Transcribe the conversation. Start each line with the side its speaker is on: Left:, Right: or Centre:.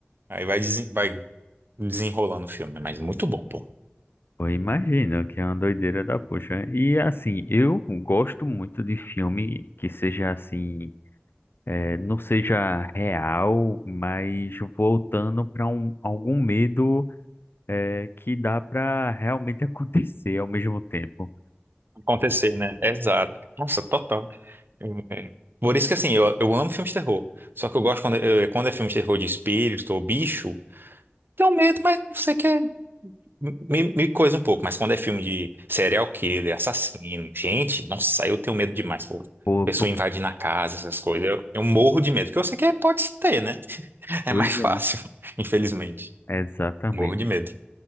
Right: Aí vai, desen- vai desenrolando o filme, mas muito bom, pô.
Left: Eu imagino que é uma doideira da poxa. né? E assim, eu gosto muito de filme que seja assim, eh, não seja real, mas voltando para um, algum medo. é, que dá para realmente <laughs> acontecer ao mesmo tempo.
Right: Acontecer, né? Exato. Nossa, total. É. Por isso que, assim, eu, eu amo filmes de terror. Só que eu gosto quando, é quando é filme de terror de espírito ou bicho, tem um medo, mas você quer. Me, me coisa um pouco, mas quando é filme de serial killer, assassino, gente, nossa, eu tenho medo demais, pô.
Left: Por
Right: Pessoa
Left: pouca
Right: invadindo a casa, essas coisas. Eu, eu morro de medo, porque eu sei que pode ter, né? <laughs> É
Left: coisa.
Right: mais fácil, <laughs> infelizmente.
Left: Exatamente.
Right: Morro de medo.